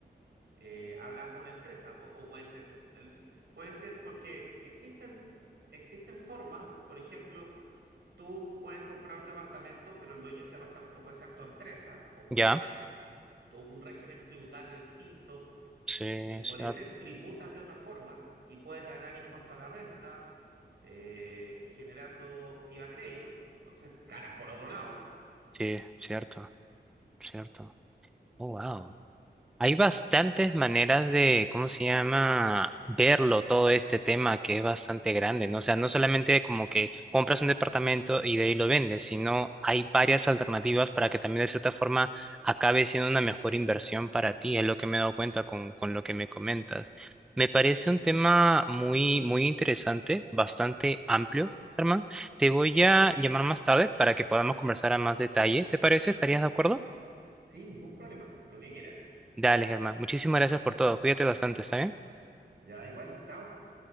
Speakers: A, on the right; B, in the centre.
A: Eh, hablas de una empresa po- o puede ser, el- puede ser porque existen, existen formas, por ejemplo, tú puedes comprar un departamento, pero el dueño de ese departamento puede ser tu empresa o puede
B: Ya.
A: ser tu- un régimen tributario distinto
B: Sí,
A: y por
B: cierto,
A: ende tributas de otra forma y puedes ganar impuesto a la renta eh, generando IVA crédito. Entonces, ganas por otro lado.
B: sí, cierto, cierto. Oh, wow. Hay bastantes maneras de, ¿cómo se llama?, verlo todo este tema que es bastante grande, ¿no? O sea, no solamente como que compras un departamento y de ahí lo vendes, sino hay varias alternativas para que también de cierta forma acabe siendo una mejor inversión para ti, es lo que me he dado cuenta con, con lo que me comentas. Me parece un tema muy, muy interesante, bastante amplio, Germán. Te voy a llamar más tarde para que podamos conversar a más detalle, ¿te parece? ¿Estarías de acuerdo?
A: Sí, ningún problema. Lo que quieras.
B: Dale, Germán. Muchísimas gracias por todo. Cuídate bastante, ¿está bien?
A: Ya, igual. Chao.